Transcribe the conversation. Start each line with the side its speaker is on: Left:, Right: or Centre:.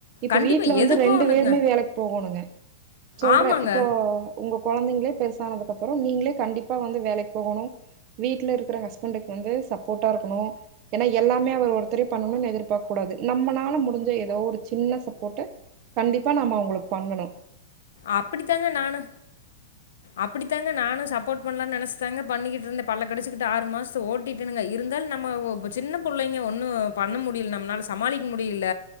Right: இப்ப
Left: கண்டிப்பா
Right: வீட்டுல வந்து
Left: எதுக்கோ
Right: ரெண்டு
Left: ஒண்ணுக்குங்க
Right: வேருமே வேலைக்கு போகோணுங்க சொல்ற
Left: ஆமாங்க
Right: இப்போ உங்கொ கொழந்தைங்களே பெருசானதுக்குப்பறோ நீங்களே கண்டிப் அப்பா வந்து வேலைக்கு போகோணு வீட்டுல இருக்கிற ஹஸ்பண்டக்கு வந்து சப்போர்ட்டாருக்கணு ஏன்னா எல்லாமே அவரு ஒருத்தர பண்ணணுன்னு எதிர்பாக்க கூடாது நம்மளால முடிஞ்ச எதோ ஒரு சின்ன சப்போர்ட்ட கண்டிப்பா நாம அவங்களுக்கு பண்ணணு
Left: அப்படித்தாங்க நானு அப்படித்தாங்க நானு சப்போர்ட் பண்லான்னு நெனைச்சு ங்க பண்ணிட்டுருந்தே பல்ல கடுச்சிக்கிட்டு ஆறு மாசத்த ஓட்டிட்டேனுங்க இருந்தாலு நம்ம ஒ ஒ சின்ன புள்ளைங்க ஒன்னு பண்ண முடி முடியில நம்மனால சமாளிக்க முடியில